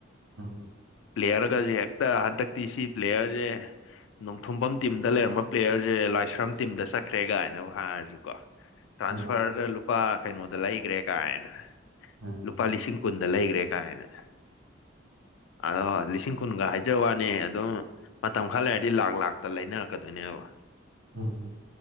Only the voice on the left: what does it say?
ꯄ꯭ꯂꯦꯌꯔꯒꯁꯦ ꯍꯦꯛꯇ ꯍꯟꯇꯛꯇꯤ ꯁꯤ ꯄ꯭ꯂꯦꯌꯔꯁꯦ ꯅꯣꯡꯊꯣꯝꯕꯝ ꯇꯤꯝꯗ ꯂꯩꯔꯝꯕ ꯄ꯭ꯂꯦꯌꯔꯁꯦ ꯂꯥꯏꯁ꯭ꯔꯝ ꯇꯤꯝꯗ ꯆꯠ ꯈ꯭ꯔꯦ ꯒꯥꯏꯅꯕꯨ ꯍꯥꯏꯔꯁꯨꯀꯣ ꯇ꯭ꯔꯥꯟꯁꯐꯔꯗ
ꯂꯨꯄꯥ ꯀꯩꯅꯣꯗ ꯂꯩꯒꯔꯦ ꯀꯥꯏꯅ
ꯂꯨꯄꯥ ꯂꯤꯁꯤꯡ ꯀꯨꯟꯗ ꯂꯩꯒꯔꯦ ꯀꯥꯏꯅ ꯑꯗꯣ ꯂꯤꯁꯤꯡ ꯀꯨꯟꯒ ꯍꯥꯏꯖꯕ ꯋꯥꯅꯤ ꯑꯗꯨꯝ ꯃꯇꯝ ꯈꯔ ꯂꯩꯔꯗꯤ ꯂꯥꯛ ꯂꯥꯛꯇ ꯂꯩꯅꯔꯀꯗꯣꯏꯅꯦꯕ